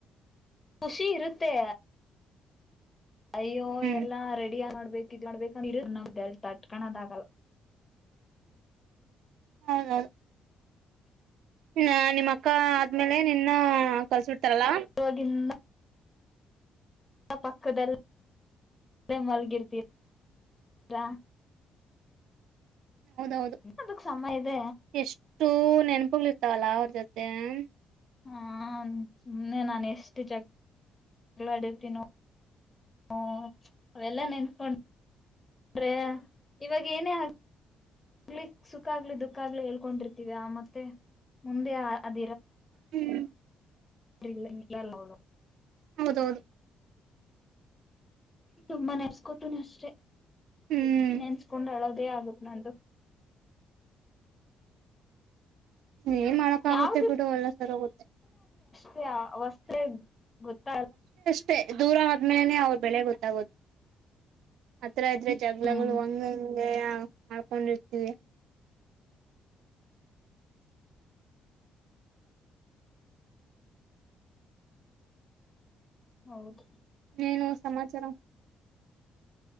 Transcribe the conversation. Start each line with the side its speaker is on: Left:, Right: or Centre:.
Left: ಖುಷಿ ಇರುತ್ತೆ ಅಯ್ಯೋ
Right: ಹ್ಮ್
Left: ಎಲ್ಲಾ ರೆಡಿ ಮಾಡ ಬ ಬೇಕದ ಇರದ ನಟ್ಕಣದ ಆಗಲ್ಲ
Right: ಹೌದೌದು ಇ ನಿಮ್ಮ ಅಕ್ಕ ಆದ್ಮೇಲೆ ನಿನ್ನ ಕಲ್ಸ ಬಿಡ್ತಾರಲ್ಲ
Left: ಇದಾಗಿರೋವಾಗಿಂದ ಪಕ್ಕದಲ್ಲಿ ಮಲಗಿರ್ತೀರಾ...
Right: ಹೌದೌದು,
Left: ಅದಕ್ ಸಮಯ ಇದೆ
Right: ಎಷ್ಟೋ ನೆನಪು ತಲ ಅವರ ಜೊತೆ <unintelligible>
Left: ಹಾ, ಸುಮ್ನೆ ನಾನ ಎಷ್ಟ ಷ್ಟ ಜಗ್ <inaudible> ಜಗಳ ಆಡಿರ್ತೀವಿ ನಾವು. ಹ ಅವೆಲ್ಲ ನೆನಸಗೊಂಡ್ರೆ ಆ ಇವಾಗ ಏನೇ ಆ ಆಗ್ಲಿ ಸುಖ ಆಗ್ಲಿ, ದುಃಖ ಆಗ್ಲಿ ಹೇಳ್ಕೊಂಡಿರ್ತೀವ ಮತ್ತೆ ಮುಂದೆ. ಅದ
Right: ಹ್ಮು, <inaudible>
Left: ಫ್ರಿ ಇಲ್ಲ ನಿಲ್ಲಲ್ಲ ಅವ್ರು.
Right: ಹೌದೌದು,
Left: ತುಂಬಾ ನೆನಸ್ಕೊಂತಿನಿ ಅಷ್ಟೆ,
Right: ಹ್ಮ್
Left: ನೆನ್ಸ್ಕೊಂಡ್ ಅಳೋದೇ ಆಗತ್ತೆ ನಂದು.
Right: ಏನ್ ಮಾಡಕ್ಕ ಆಗುತ್ತೆ
Left: ಯಾವ
Right: ಬಿಡು ಎಲ್ಲ ಸರಿ ಹೋಗುತ್ತೆ.
Left: ಅವ ವಸ್ತರೆ ಗೊತ್ತಗು <unintelligible>
Right: ಮತ್ತೆ <inaudible> ದೂರ ಆದ್ಮೇಲೆನೆ ಅವರ ಬೆಲೆ ಗೊತ್ತಗೋದು. ಗೊತ್ತಾಗೊ ಅತ್ರ ಇದ್ರೆ ಜಗಳಗಳು
Left: ಹ್ಮ್
Right: ಹಂಗ, ಹಂಗ ಮಾಡ್ಕೊಂಡಿರ್ತೀವಿ.
Left: ಹೌದು.
Right: ಏನು ಸಮಾಚಾರ,